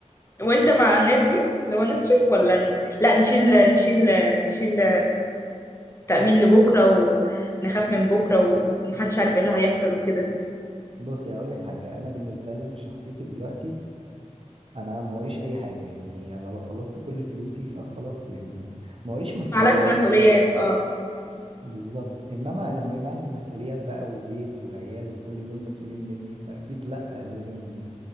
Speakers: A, on the left; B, on the right.
A: وانت مع الناس دي اللي هو نصرف ولا ن... لا نشيل نشيل نشيل تأمين لبكرة ونخاف من بكرة ومحدش عارف ايه اللي هيحصل وكده
B: بصي هقول لك حاجة انا بالنسبة لي انا شخصيتي دلوقتي انا ما وريش اي حاجه يعني انا لو خلصت كل فلوسي فخلاص يعني ما ما وريش مسؤوليات
A: معلكش مسؤوليات اه
B: فبالظبط انما لما يبقى عندي مسؤوليات بقى وبيت وعيال وكل دول مسؤولين مني فاكيد لا لازم